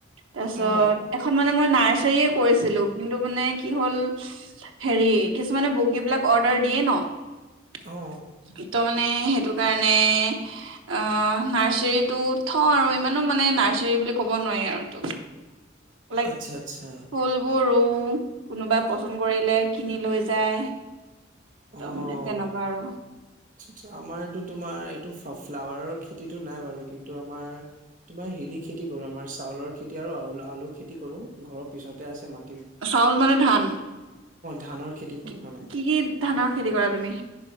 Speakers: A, on the right (about 85°); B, on the right (about 40°).
A: তাৰছত
B: অ
A: এখন মানে মই নাৰ্চাৰীয়ে কৈ আছিলোঁ কিন্তু, মানে কি হ'ল হেৰি কিছুমানে বুকেবিলাক অৰ্ডাৰ দিয়ে ন',
B: অ
A: তো মা নে সেইটো কাৰণে অ'- নাৰ্চাৰীটো থওঁ আৰু ইমানো মানে নাৰ্চাৰী বুলি ক'ব নোৱাৰি আৰু ইটো। লাইক
B: আচ্ছা আচ্ছা
A: ফুলবোৰো কোনোবাই পচন্দ কৰিলে, কিনি লৈ যায়। তো
B: অ
A: মানে তেনেকুৱা আৰু।
B: আচ্ছা -আচ্ছা আমাৰেতো তোমাৰ এইটো ফ্লা - ফ্লাৱাৰৰ খেতিটো নাই বাৰু, কিন্তু আমাৰ তোমাৰ হেৰি খেতি কৰোঁ আমাৰ, চাউলৰ খেতি আৰু আও- আলু খেতি কৰোঁ। ঘৰৰ পিছতে আছে মা
A: চাউল মানে ধান
B: ধানৰ খেতি কৰো
A: কি
B: মানে
A: - কি ধানৰ খেতি কৰা তুমি?